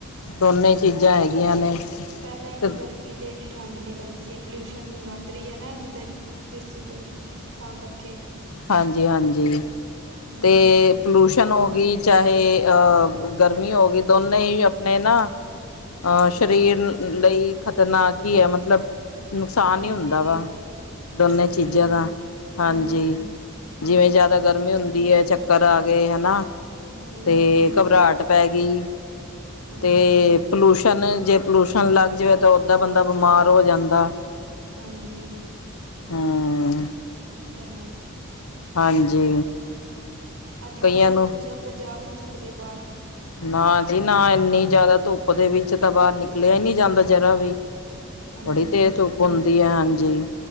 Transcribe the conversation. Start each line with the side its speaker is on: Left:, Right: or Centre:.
Left: ਦੋਨੇ ਚੀਜ਼ਾਂ ਹੈਗੀਆਂ ਨੇ।
Right: ਪਹਿਲਾਂ ਇੰਨੀ
Left: ਤੇ
Right: ਗਰਮੀ ਤੇ, ਇੰਨੀ ਠੰਢ ਨੀ ਪੈਂਦੀ ਸੀ, ਇਹ ਪੋਲਿਊਸ਼ਨ ਵੱਧ ਰਹੀ ਹੈ ਨਾ, ਜਿੱਦਾਂ ਕਿਸ ਚੀਜ਼, ਤਾਂ ਕਰਕੇ।
Left: ਹਾਂਜੀ-ਹਾਂਜੀ,
Right: ਹਮ
Left: ਤੇ ਪੋਲੂਸ਼ਨ ਹੋ ਗਈ, ਚਾਹੇ ਅ ਗਰਮੀ ਹੋ ਗਈ ਦੋਨੇ ਹੀ ਅਪਣੇ ਨਾ ਅਹ, ਸਰੀਰ ਲਈ ਖ਼ਤਰਨਾਕ ਹੀ ਹੈ, ਮਤਲਬ ਨੁਕਸਾਨ
Right: ਹਾਂਜੀ
Left: ਈ ਹੁੰਦਾ ਵਾ, ਦੋਨੇ
Right: ਇਹ
Left: ਚੀਜ਼ਾਂ
Right: ਤਾਂ ਹੈ
Left: ਦਾ।
Right: ਹਮ
Left: ਹਾਂਜੀ। ਜਿਵੇਂ ਜ਼ਿਆਦਾ ਗਰਮੀ ਹੁੰਦੀ ਹੈ ਚੱਕਰ ਆ ਗਏ, ਹਨਾ।
Right: ਹਮ ਹਮ
Left: ਤੇ, ਘਬਰਾਹਟ ਪੈ ਗਈ
Right: ਹਾਂਜੀ
Left: ਤੇ, ਪਲੂਸ਼ਨ ਪਲੁਸ਼ਨ, ਜੇ ਪੋਲਊਸ਼ਨ ਲੱਗ ਜਾਵੇ ਤਾਂ ਓਦਾਂ ਬੰਦਾ ਬਿਮਾਰ ਹੋ ਜਾਂਦਾ।
Right: ਹਾਂਜੀ।
Left: ਹਮ
Right: ਇਹ ਤਾਂ ਹੈ।
Left: ਹਾਂਜੀ।
Right: ਅੱਜ
Left: ਕਈਆਂ
Right: ਕੱਲ੍ਹ ਤਾਂ
Left: ਨੂੰ
Right: ਧੁੱਪ ਚ ਆਪਾਂ ਜਾ ਵੀ ਨਹੀਂ ਸਕਦੇ ਬਾਹਰ।
Left: ਨਾ ਜੀ ਨਾ ਇੰਨੀ ਜ਼ਿਆਦਾ ਧੁੱਪ ਦੇ ਵਿੱਚ ਤਾਂ ਬਾਹਰ ਨਿਕਲਿਆ ਹੀ ਨਹੀਂ ਜਾਂਦਾ ਜਰਾ ਵੀ
Right: ਹਾਂਜੀ
Left: ਬੜੀ ਤੇਜ਼ ਧੁੱਪ ਹੁੰਦੀ ਹੈ ਹਾਂਜੀ।